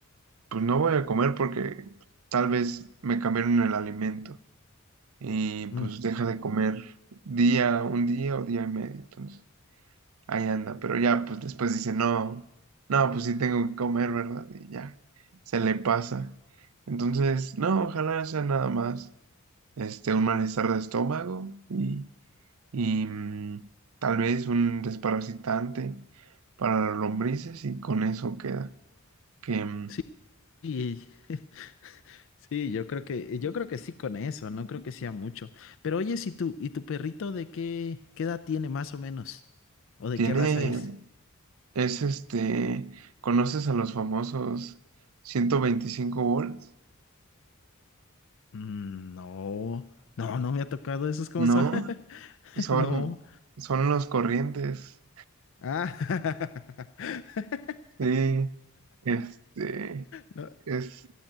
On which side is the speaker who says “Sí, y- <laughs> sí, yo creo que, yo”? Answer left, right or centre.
Left